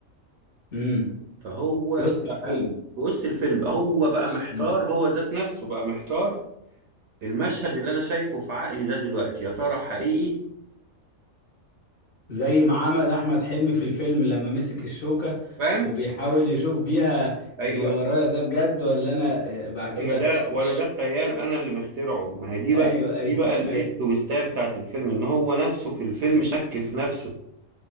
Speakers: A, on the left; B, on the right.
A: امم
B: فهو
A: وسط
B: بقى
A: الفيلم
B: في وسط الفيلم بقى هو بقى محتار
A: امم
B: هو ذات نفسه بقى محتار المشهد اللي انا شايفه في عقلي ده دلوقتي يا ترى حقيقي
A: زي ما عمل احمد حلمي في الفيلم لما مسك الشوكه
B: فاهم
A: وبيحاول يشوف بيها
B: ايوه
A: اللي ورايا ده بجد ولا انا آه، بعد كده
B: ولا ده ولا
A: ايش
B: ده خيال انا اللي مخترعه ما هي دي
A: ايوه
B: بقى
A: ايوه
B: دي بقى الايه
A: ايوه
B: التويستايه بتاعت الفيلم ان هو نفسه في الفيلم شك في نفسه